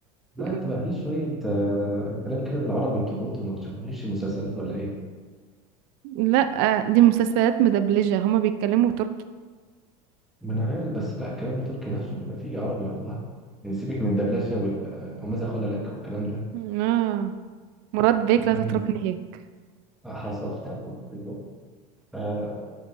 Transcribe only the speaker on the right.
<laughs>
لا دي مسلسلات مدبلجة هما بيتكلموا تركي
اه مراد بيك لا
تتركني هيك